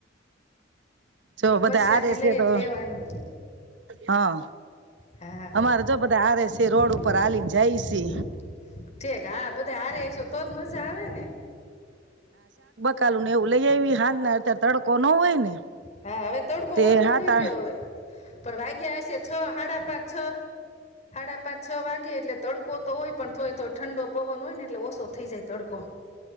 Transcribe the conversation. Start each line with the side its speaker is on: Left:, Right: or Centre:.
Right: જો બધા
Left: પ્રસાદી
Right: હારે
Left: લઈ
Right: છે તો
Left: જ લેવાની.
Right: હા
Left: હા, <unintelligible>
Right: અમારે જો બધા હારે છે રોડ ઉપર હાલીને જાય છે
Left: ઠીક હા બધા હારીસ તો જ મજા આવે ને.
Right: કાલુ ને એવું લઈ આવી. હા, ના અત્યારે તડકો ન હોય ને.
Left: હા હવે તડકો
Right: તે
Left: ઓછો
Right: હા.
Left: થઈ ગયો હવે પણ વાગ્યા હશે છ સાડા પાંચ- છ. સાડા પાંચ- છ વાગે એટલે તડકો. તો હોય, પણ થોડો ઠંડો પવન હોય ને એટલે ઓછો થઈ જાય. તડકો.